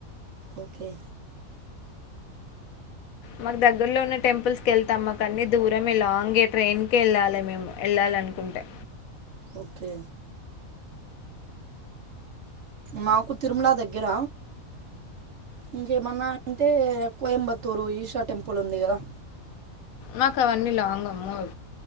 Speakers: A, on the right; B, on the left.
A: ఓకే
B: మాకు దగ్గర్లో ఉన్న టెంపుల్స్ కి వెళ్తాం మాకు అన్నీ దూరమే లాంగ్ ఎ ట్రైన్కి వెళ్ళాలి మేము వెళ్ళాలనుకుంటే
A: ఓకే మాకు తిరుమల దగ్గర ఇంకేమన్నా అంటే కోయంబత్తూరు ఈషా టెంపుల్ ఉంది కదా
B: మాకావన్నీ లాంగమ్మో